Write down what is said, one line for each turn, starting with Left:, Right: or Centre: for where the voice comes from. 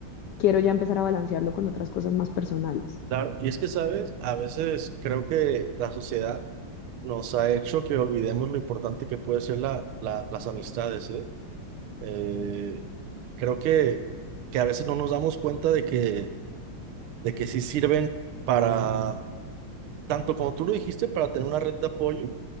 Left: quiero ya empezar a balancearlo con otras cosas más personales.
Right: Claro, y es que, ¿sabes? A veces creo que la sociedad nos ha hecho que olvidemos lo importante que puede ser la, la- las amistades, ¿eh? Eh, creo que, que a veces no nos damos cuenta de que, de que sí sirven para, tanto como tú lo dijiste, para tener una red de apoyo,